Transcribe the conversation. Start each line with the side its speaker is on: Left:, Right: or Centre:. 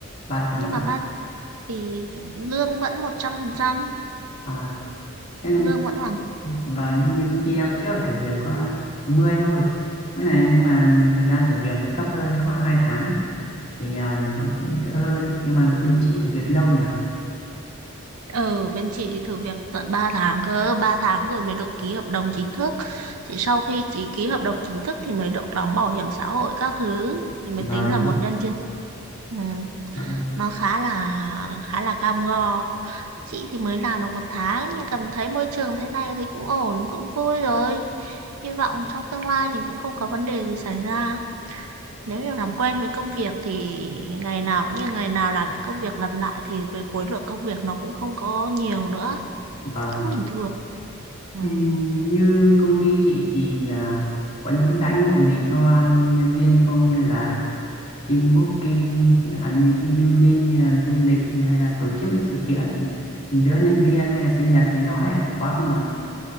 Left: ba tháng
Right: nhưng
Left: ạ
Right: mà ba thì lương vẫn 100%,
Left: à thế,
Right: lương vẫn hoàn
Left: và như công ty em trước là thử việc có 90 thôi Mới này nhưng mà thời gian thử việc là thấp hơn có hai tháng ấy. thì à, nó cũng đỡ hơn nhưng mà bên chị thử việc lâu nhỉ
Right: Ừ, bên chị thử việc tận 3 tháng cơ, 3 tháng rồi mới được ký hợp đồng chính thức. Thì sau khi chị ký hợp đồng chính thức thì mới được đóng bảo hiểm xã hội các thứ, thì mới
Left: vâng
Right: tính là một nhân viên. Ừ,
Left: Đó,
Right: nó khá là khá là cam go. Chị thì mới làm được một tháng nhưng cảm thấy môi trường thế này thì cũng ổn, cũng vui rồi. Hy vọng trong tương lai thì cũng không có vấn đề gì xảy ra. Nếu như làm quen với công việc thì ngày nào cũng như ngày nào làm những công việc lặp lại thì về khối lượng công việc nó cũng không có nhiều nữa,
Left: và mà,
Right: cũng bình thường. Ừ.
Left: ừm, như công ty chị thì à, có những đãi ngộ gì cho nhân viên không như là team booking, à, như team building hay là du lịch hay là tổ chức cái sự kiện giữa nhân viên hay là sinh nhật gì đó ấy à? Có không ạ?